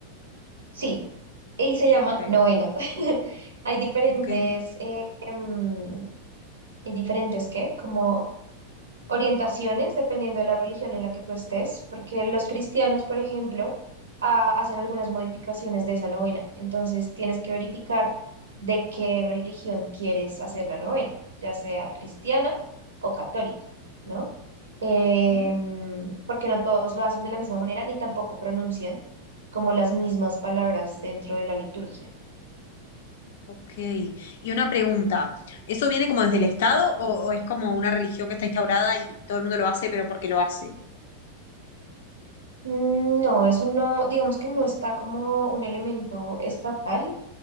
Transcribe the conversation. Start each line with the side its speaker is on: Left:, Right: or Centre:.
Right: Sí, y se llama
Left: Ok.
Right: novena. <laughs> Hay diferentes,
Left: Ok.
Right: eh, em, hay diferentes, ¿qué? Como orientaciones dependiendo de la religión en la que tú estés, porque los cristianos, por ejemplo, ah, hacen algunas modificaciones de esa novena. Entonces tienes que verificar de qué religión quieres hacer la novena, ya sea cristiana o católica, ¿no? Em,
Left: Ah,
Right: porque no todos lo hacen de la misma manera ni tampoco pronuncian como las mismas palabras dentro de la liturgia.
Left: ok. Y una pregunta. ¿Eso viene como desde el
Right: Bueno,
Left: Estado o, o es como una religión que está instaurada y, y todo el mundo lo hace, pero porque lo hace?
Right: mm, No, eso no, digamos que no está como un elemento estatal,